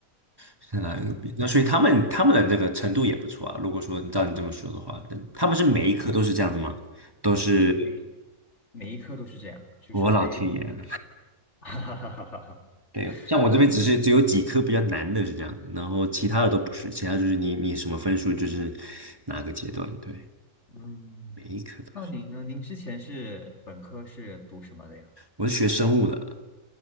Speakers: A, on the right; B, on the left.
A: 是哪一个 B？那所以他们他们的这个程度也不错啊。如果说照你这么说的话，但他们是每一科都是这样的吗？都是
B: 是的，每每一科都是这样，就是得比较
A: 我老天爷啊！
B: <laughs> 哈哈哈哈哈。
A: 对，
B: <laughs>
A: 像我这边只是只有几科比较难的是这样的，
B: 那
A: 然后其他的都不是，其他就是你你什么分数就是哪个阶段，对，
B: 嗯，
A: 每一科都是。
B: 那您呢？您之前是本科是读什么的呀？
A: 我是学生物的，